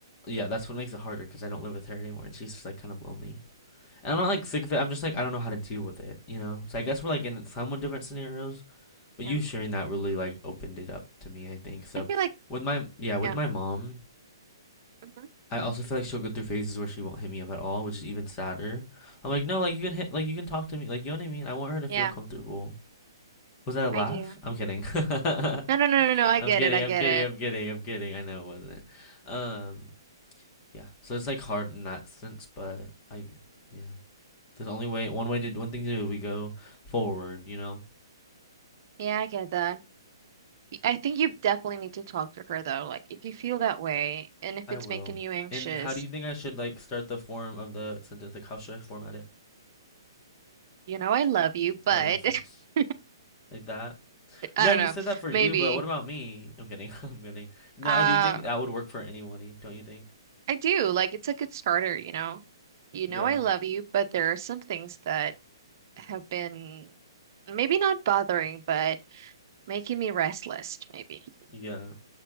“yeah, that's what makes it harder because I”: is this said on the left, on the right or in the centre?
Left